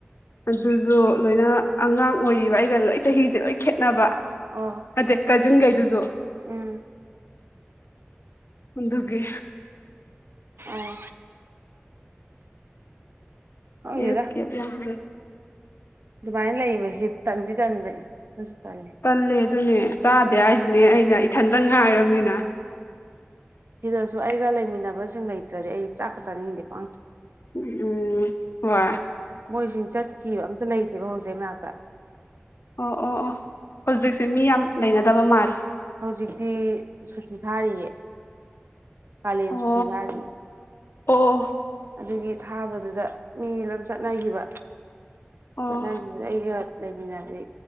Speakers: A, on the left; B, on the right.
A: ꯑꯗꯨꯁꯨ ꯂꯣꯏꯅ ꯑꯉꯥꯡ ꯑꯣꯏꯔꯤꯕ ꯑꯩꯒ ꯂꯣꯏ ꯆꯍꯤꯁꯦ ꯂꯣꯏ ꯈꯦꯠꯅꯕ
B: ꯑꯣ
A: ꯑꯗ ꯀꯥꯖꯤꯟꯈꯩꯗꯨꯁꯨ
B: ꯎꯝ
A: ꯑꯣꯗꯨꯒꯤ
B: ꯑ <unintelligible> ꯈꯪꯗꯦꯗ
A: ꯌꯦꯀꯤꯦꯦ <unintelligible>
B: ꯑꯗꯨꯃꯥꯏꯅ ꯂꯩꯕꯁꯤ ꯇꯟꯗꯤ ꯇꯟꯕꯅꯦ ꯑꯗꯨꯁꯨ ꯇꯜꯂ
A: ꯇꯜꯂꯦ ꯑꯗꯨꯅꯦ ꯆꯥꯗꯦ ꯍꯥꯏꯁꯤꯅꯦ ꯑꯩꯅ ꯏꯊꯟꯇ ꯉꯥꯏꯔꯕꯔꯕꯅꯤꯅ
B: ꯁꯤꯗꯁꯨ ꯑꯩꯒ ꯂꯩꯃꯤꯟꯅꯕꯁꯤꯡ ꯂꯩꯇ꯭ꯔꯗꯤ ꯑꯩ ꯆꯥꯛꯀ ꯆꯥꯅꯤꯡꯗꯦ ꯄ
A: ꯎꯝ ꯍꯣꯏ
B: ꯃꯣꯏꯁꯨ ꯆꯠꯈꯤꯕ ꯑꯝꯇ ꯂꯩꯇꯦꯕ ꯍꯧꯖꯤꯛꯅꯥꯛꯇ ꯑ <unintelligible>
A: ꯑꯣ ꯑꯣ ꯑꯣ ꯍꯧꯖꯤꯛꯁꯦ ꯃꯤ ꯌꯥꯝ ꯂꯩꯅꯗꯕ ꯃꯥꯜꯂꯦ
B: ꯍꯧꯖꯤꯛꯇꯤ ꯁꯨꯇꯤ ꯊꯥꯔꯤꯌꯦ ꯀꯥꯂꯤꯦꯟ
A: ꯑꯣ
B: ꯁꯊꯤ ꯊꯥꯔꯤ꯫
A: ꯑꯣ
B: ꯑꯗꯨꯒꯤ ꯊꯥꯕꯗꯨꯗ ꯃꯤꯅꯤ ꯂꯝ ꯆꯠꯅꯈꯤꯕ
A: ꯑꯣ ꯑꯣ
B: ꯆꯠꯅꯈꯤꯕꯗ ꯑꯩꯒ ꯂꯩꯃꯤꯟꯅꯔ